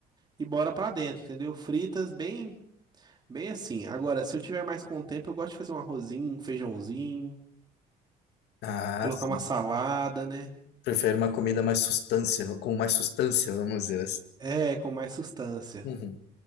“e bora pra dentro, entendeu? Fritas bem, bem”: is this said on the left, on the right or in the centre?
Right